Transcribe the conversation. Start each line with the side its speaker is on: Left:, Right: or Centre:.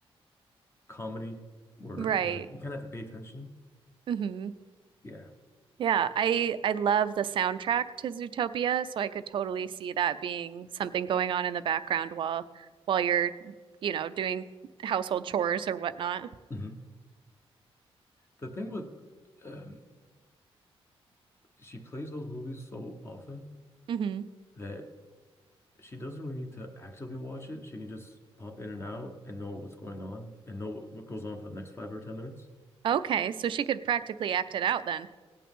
Left: comedy where
Right: Right.
Left: you kind of, you kind of have to pay attention.
Right: hmm
Left: Yeah.
Right: Yeah, I I love the soundtrack to Zootopia, so I could totally see that being something going on in the background while while you're, you know, doing household chores or whatnot.
Left: hmm The thing with um, she plays those movies so often
Right: hmm
Left: that she doesn't really need to actively watch it. She can just pop in and out and know what's going on and know what goes on for the next five or ten minutes.
Right: Okay, so she could practically act it out then.